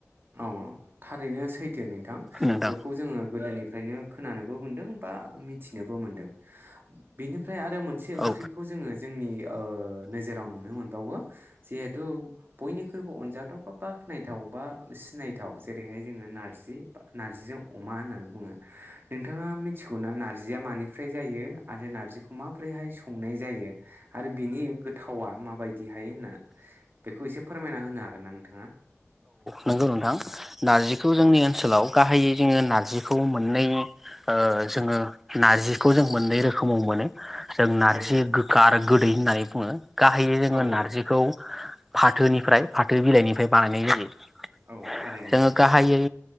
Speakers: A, on the right (about 45°); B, in the centre.
A: औ थारैनो सैथो नोंथां
B: नोंथां
A: बेखौ जोङो गोदोनिफ्रायनो खो खोनानोबो मोनदों बा मिथिनोबो मोनदों। बेनिफ्राय आरो मोनसे ओंख्रिखौ
B: औ
A: जोङो जोंनि ओ नोजोराव नुनो मोनबावो जिहेथु बयनिख्रुइबो अनजाथाव बा बाख्नायथाव बा सिनायथाव जेरैहाय जोङो नार्जि बा नार्जिजों अमा होननानै बुङो नोंथाङा मिथिगौना नार्जिया मानिफ्राय जायो आरो नार्जिखौ माब्रैहाय संनाय जायो आरो बिनि गोथावा माबायदिहाय होनना बेखौ एसे फोरमायना होनो हागोन ना नोंथाङा?
B: नोंगौ नोंथां नार्जिखौ जोंनि
A: औ
B: ओनसोलाव गाहायै जोङो नार्जिखौ मोननै ओ जोङो नार्जिखौ जों मोननै रोखोमाव मोनो। जों नारजि
A: औ
B: गोखा आरो गोदै होननानै बुङो। गाहायै जोङो
A: औ
B: नारजिखौ फाथोनिफ्राय फाथो बिलाइनिफ्राय बानायनाय जायो।
A: औ थारैनो
B: जोङो
A: ओं
B: गाहायै